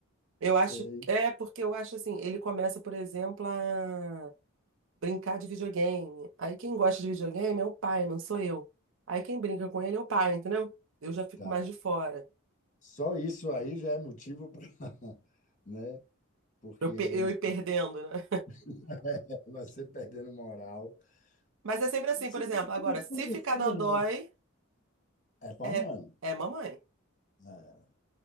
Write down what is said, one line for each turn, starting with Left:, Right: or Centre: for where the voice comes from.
Right: eu
Left: Não Sei,
Right: acho. É, porque eu acho assim, ele começa, por exemplo, a brincar de videogame. Aí quem gosta de videogame é o pai, não sou eu. Aí quem brinca com ele é o pai, entendeu? Eu já fico
Left: tá.
Right: mais de fora.
Left: Só isso aí já é motivo para, <laughs> né? Porque
Right: Eu,
Left: eles
Right: pe- eu ir perdendo, né?
Left: <laughs> vai ser perdendo moral.
Right: <laughs> Mas
Left: Se-
Right: é sempre assim,
Left: se-
Right: por exemplo, agora,
Left: No
Right: se
Left: fundo,
Right: ficar
Left: no fundo,
Right: dodói,
Left: não. É com
Right: é,
Left: a mãe.
Right: é mamãe.
Left: né?